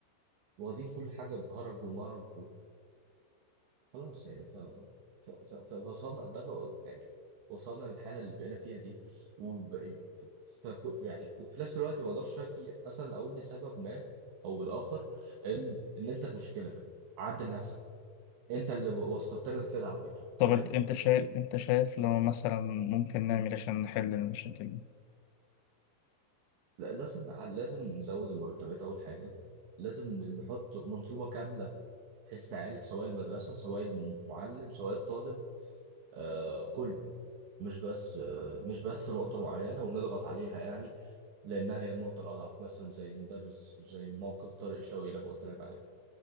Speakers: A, on the right; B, on the left.
A: واخدين كل حاجة بهرج ومرج خلاص يعني ف... ف... ف... ف- فوصلنا ده اللي يعني وصلنا للحاله اللي بقينا فيها دي وب... ف... ف... يعني وفي نفس الوقت ما اقدرش اشكي اصلا اقول لسبب ما او الاخر ان ان انت المشكله عدل نفسك انت اللي وصلتنا لكده على فكره
B: طب
A: فاهم
B: أنت أنت شايف أنت شايف لو مثلا ممكن نعمل إيه عشان نحل المشاكل
A: لا لازم لازم نزود المرتبات اول حاجه لازم نحط منظومه كامله بحيث نعالج سواء المدرسه سواء المعلم سواء الطالب آه كله مش بس آه، مش بس نقطة معينة ونضغط عليها يعني لأنها هي النقطة الأضعف مثلا زي المدرس زي موقف طارق شوقي اللي أنا قلت لك عليه